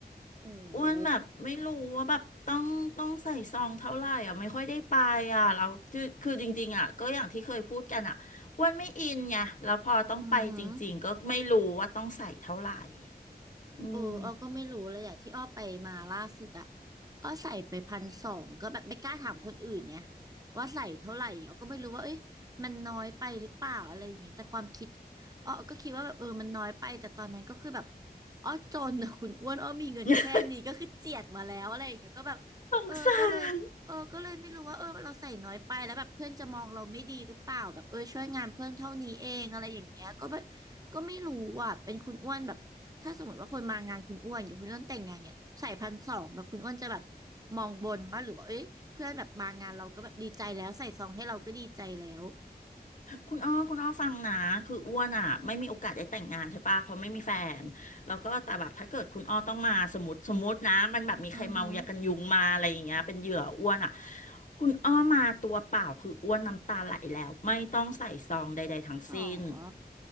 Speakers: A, on the right; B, on the left.
A: โอ้โห
B: อ้วนแบบไม่รู้ว่าแบบต้องต้องใส่ซองเท่าไหร่อ่ะไม่ค่อยได้ไปอ่ะแล้วคือคือจริงๆอ่ะก็อย่างที่เคยพูดกันอ่ะอ้วนไม่อินไงแล้วพอต้องไปจริงๆก็ไม่รู้ว่าต้องใส่เท่าไหร่
A: อือหือ
B: อืม
A: เอออ้อก็ไม่รู้เลยอะที่อ้อไปมาล่าสุดอะอ้อใส่ไปพันสองก็แบบไม่กล้าถามคนอื่นไงว่าใส่เท่าไหร่อ้อก็ไม่รู้ว่าเอ้ยมันน้อยไปหรือเปล่าอะไรอย่างเงี้ยแต่ความคิดอ้อก็คิดว่าแบบเออมันน้อยไปแต่ตอนนั้นก็คือแบบอ้อจนอะคุณอ้วนอ้อมีเงินแค่นี้ก็คือเจียดมาแล้วอะไรอย่างเงี้ยก็แบบเออก็เลยเออก็เลยไม่รู้ว่าเออเราใส่น้อยไปแล้วแบบเพื่อนจะมองเราไม่ดีหรือเปล่าแบบเออช่วยงานเพื่อนเท่านี้เองอะไรอย่างเงี้ยก็แบบ
B: <laughs> สงสาร
A: ก็ไม่รู้อ่ะเป็นคุณอ้วนแบบ ถ้าสมมติว่าคนมางานคุณอ้วนอย่างคุณอ้วนแต่งงานเนี่ยใส่พันสองแบบคุณอ้วนจะแบบมองบนป่ะหรือว่าเอ้ยเพื่อนแบบมางานเราก็แบบดีใจแล้วใส่ซองให้เราก็ดีใจแล้ว
B: คุณอ้อคุณอ้อฟังนะคืออ้วนอ่ะไม่มีโอกาสได้แต่งงานใช่ปะเพราะไม่มีแฟนแล้วก็แต่แบบถ้าเกิดคุณอ้อต้องมาสมมติสมมตินะมันแบบมีใครเมายากันยุงมาอะไรอย่างเงี้ยเป็นเหยื่ออ้วนอ่ะ
A: อือหือ
B: คุณอ้อมาตัวเปล่าคืออ้วนน้ำตาไหลแล้วไม่ต้องใส่ซองใดๆทั้งสิ้น
A: หรอ